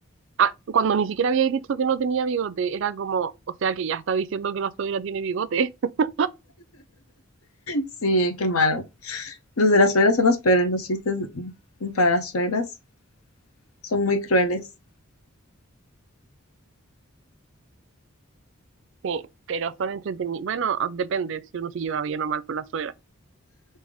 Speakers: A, on the right; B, on the left.
A: ah, cuando ni siquiera había dicho que no tenía bigote, era como, o sea que ya está diciendo que la suegra tiene bigote. <laughs>
B: Sí, qué malo. Los de las suegras son los peores, los chistes para las suegras son muy crueles.
A: Sí, pero son entretenidos. Bueno, depende si uno se lleva bien o mal con la suegra.